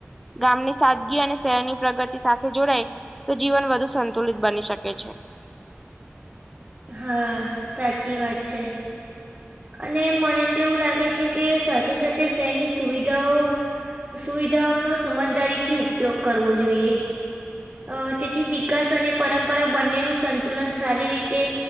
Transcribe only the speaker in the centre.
ગામની સાદગી અને શહેરની પ્રગતિ સાથે જોડાય તો જીવન વધુ સંતુલિત બની શકે છે